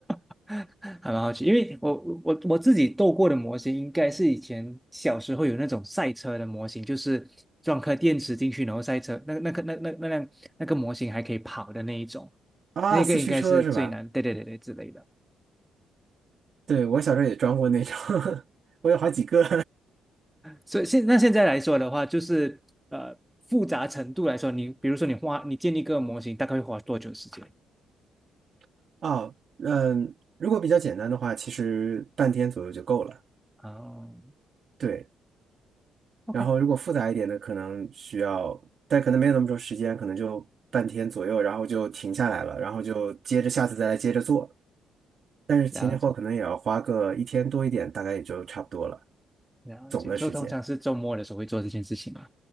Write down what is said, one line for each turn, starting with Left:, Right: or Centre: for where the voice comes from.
Centre: <laughs> 还蛮好奇，因为我我我自己斗过的模型，应该是以前小时候有那种赛车的模型，就是装颗电池进去，然后赛车，那那个那那那辆那个模型还可以跑的那一种，
Right: <laughs> 啊，
Centre: 那个应该是最难，
Right: 四驱车是吧？
Centre: 对对对对之类的。
Right: 对，我小时候也装过那种，<laughs> 我有好几个
Centre: 所以现那现在来说的话，就是呃复杂程度来说，你比如说你花你建立一个模型，大概会花多久时间？
Right: <laughs> 哦，嗯，如果比较简单的话，其实半天左右就够了。
Centre: 哦
Right: 对，
Centre: ，OK，
Right: 然后如果复杂一点的，可能需要，但可能没有那么多时间，可能就半天左右，然后就停下来了，然后就接着下次再来接着做。但是前前后后可能也要花个一天多一点，
Centre: 了解
Right: 大概也就差不多了，
Centre: 了解，
Right: 总的时间
Centre: 所以通常是周末的时候会做这件事情嘛。